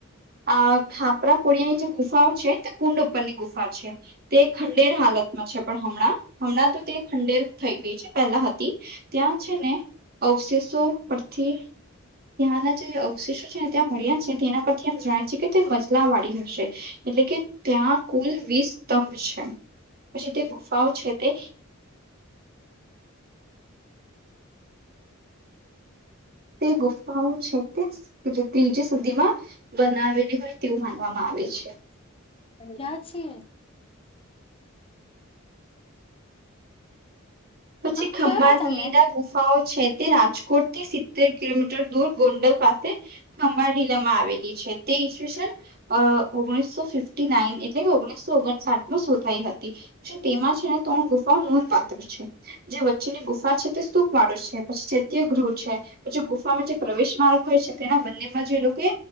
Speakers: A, on the right; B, on the left.
A: આ ખાપરા કોળિયાની જે ગુફા છે તે કુંડ ઉપરની ગુફા છે તે ખંડેર હાલતમાં છે પણ હમણાં હમણાં તો તે ખંડેર થઈ ગઈ છે પહેલા હતી ત્યાં છે ને અવશેષો પરથી ત્યાંના જે અવશેષો છે ત્યાં મળ્યા છે તેના પરથીમ જણાય છે કે તે મજલા વાળી હશે એટલે કે ત્યાં કુલ વીસ સ્તંભ છે પછી તે ગુફાઓ છે તે તે ગુફાઓ છે તે ત્રીજ સુધીમાં બનાવેલી હોય તેવું માનવામાં આવે છે.
B: ક્યાં છે.
A: પછી
B: હા
A: ખંભા
B: કયો ને તમે
A: લીધા ગુફાઓ છે. રાજકોટથી સિત્તેર કિલોમીટર દૂર ગોંડલ પાસે ખંભાડીલામાં આવેલી છે તે ઈ છેન ઓગણીસો ફિફ્ટી નાઈન એટલે કે ઓગણી સો ઓગણસાઠ માં શોધાઈ હતી. પ તેમાં છે ને તોણ ગુફાઓ નોંધપાત્ર છે. જે વચ્ જેની ગુફા છે તે સુૂપ માળે છે. પછી ચૈત્ય ગૃહ છે પછી ગુફામાં જે પ્રવેશ માર્ગ હોય છે તેના બંનેમાં જે લોકો કે